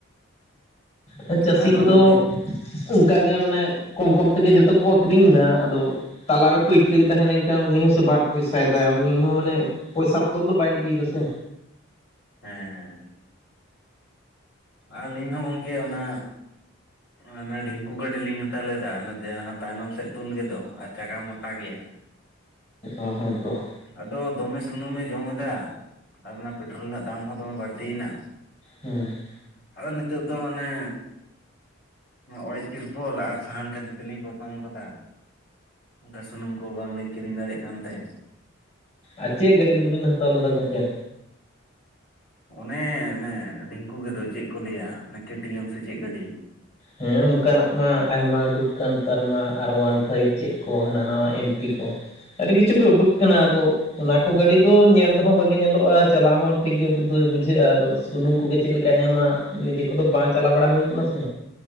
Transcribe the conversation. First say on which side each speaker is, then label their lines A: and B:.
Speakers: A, on the left; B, on the left.
A: ᱦᱮᱸ, ᱪᱟᱹᱥᱤ
B: ᱟᱨ ᱱᱚᱜᱼᱚᱭ
A: ᱠᱚᱫᱚ
B: ᱡᱮ
A: ᱚᱱᱠᱟᱜ
B: ᱦᱮᱸ
A: ᱜᱮ ᱢᱟᱱᱮ ᱠᱚᱢ ᱠᱚᱢ ᱛᱮᱜᱮ ᱡᱚᱛᱚ ᱠᱚ ᱟᱹᱠᱷᱨᱤᱧ ᱮᱫᱟ ᱟᱫᱚ, ᱛᱟᱞᱟᱨᱮ ᱯᱟᱹᱭᱠᱟᱹᱨᱤ ᱛᱟᱦᱮᱸ ᱞᱮᱱᱠᱷᱟᱱ ᱩᱱᱤ ᱦᱚᱸ ᱥᱮ ᱵᱟᱨ ᱯᱚᱭᱥᱟᱭᱮᱫᱟᱭ ᱩᱱᱤ ᱦᱚᱸ ᱢᱟᱱᱮ ᱯᱚᱭᱥᱟ ᱵᱚᱫᱚᱞ ᱫᱚ ᱵᱟᱭ ᱤᱫᱤᱭᱮᱫᱟ ᱥᱮ,
B: ᱦᱮᱸ ᱦᱮᱸ᱾ ᱟᱹᱞᱤᱧ ᱦᱚᱸ ᱜᱚᱢᱠᱮ ᱚᱱᱟ ᱚᱱᱟ ᱰᱷᱤᱝᱠᱩ ᱜᱟᱹᱰᱤ ᱞᱤᱧ ᱦᱟᱛᱟᱣ ᱞᱮᱫᱟ ᱚᱱᱟ ᱡᱟᱦᱟᱸ ᱛᱟᱭᱱᱚᱢ ᱥᱮᱫ ᱛᱩᱞ ᱜᱮᱫᱚ ᱟᱨ ᱪᱟᱠᱟ ᱢᱚᱴᱟ ᱜᱮᱭᱟ᱾
A: ᱚ ᱦᱮᱸ ᱛᱚ
B: ᱟᱫᱚ ᱫᱚᱢᱮ ᱥᱩᱱᱩᱢᱮ ᱡᱚᱢ ᱮᱫᱟ ᱟᱨ ᱚᱱᱟ ᱯᱮᱴᱨᱳᱞ ᱨᱮᱱᱟᱜ ᱫᱟᱢ ᱦᱚᱸ ᱫᱚᱢᱮ ᱵᱟᱹᱲᱛᱤᱭᱮᱱᱟ᱾
A: ᱦᱩᱸ᱾
B: ᱟᱫᱚ ᱱᱤᱛᱚᱜ ᱫᱚ ᱚᱱᱮ ᱚᱲᱮᱡ ᱛᱤᱨᱯᱚᱞ ᱟᱨ ᱥᱟᱦᱟᱱ ᱠᱷᱟᱹᱫᱤ ᱛᱮᱞᱤᱧ ᱯᱚᱴᱚᱢ ᱠᱟᱫᱟ᱾ ᱚᱱᱠᱟ ᱥᱩᱱᱩᱢ ᱠᱚ ᱵᱟᱝᱞᱤᱧ ᱠᱤᱨᱤᱧ ᱫᱟᱲᱮᱭᱟᱜ ᱠᱟᱱ ᱛᱮ᱾
A: ᱟᱨ ᱪᱮᱫ ᱜᱟᱹᱰᱤ ᱠᱚᱫᱚᱵᱮᱱ ᱦᱟᱛᱟᱣ ᱞᱮᱫᱟ ᱜᱚᱝᱠᱮ?
B: ᱚᱱᱮ ᱚᱱᱮ ᱰᱷᱤᱝᱠᱩ ᱜᱮᱫᱚᱚ ᱪᱮᱫ ᱠᱚ ᱞᱟᱹᱭᱟ ᱠᱮ-ᱴᱤ-ᱮᱢ ᱥᱮ ᱪᱮᱫ ᱜᱟᱹᱰᱤ?
A: ᱦᱮᱸ ᱚᱱᱠᱟᱱᱟᱜ ᱢᱟ ᱟᱭᱢᱟ ᱩᱰᱩᱠ ᱟᱠᱟᱱ ᱱᱮᱛᱟᱨ ᱢᱟ ᱟᱨ ᱚᱣᱟᱱ ᱯᱷᱟᱭᱤᱵ ᱪᱮᱫ ᱠᱚ ᱦᱟᱱᱟ ᱱᱟᱣᱟ ᱮᱢ-ᱴᱤ ᱠᱚ᱾ ᱟᱹᱰᱤ ᱠᱤᱪᱷᱩ ᱜᱮ ᱩᱰᱩᱠ ᱠᱟᱱᱟ ᱟᱫᱚ ᱚᱱᱟ ᱠᱚ ᱜᱟᱹᱰᱤ ᱫᱚ ᱧᱮᱞ ᱛᱮᱦᱚᱸ ᱵᱷᱟᱜᱤ ᱧᱮᱞᱚᱜᱼᱟ ᱪᱟᱞᱟᱣ ᱦᱚᱸ ᱴᱷᱤᱠᱜᱮ ᱵᱩᱡᱷᱟᱹᱜᱼᱟ ᱟᱫᱚ ᱥᱩᱱᱩᱢ ᱠᱚᱜᱮ ᱪᱮᱫ ᱞᱮᱠᱟᱭ ᱮᱢᱟ ᱱᱤᱡᱮ ᱠᱚᱫᱚ ᱵᱟᱝ ᱪᱟᱞᱟᱣ ᱵᱟᱲᱟ ᱦᱩᱭ ᱠᱟᱱᱟ ᱥᱮ᱾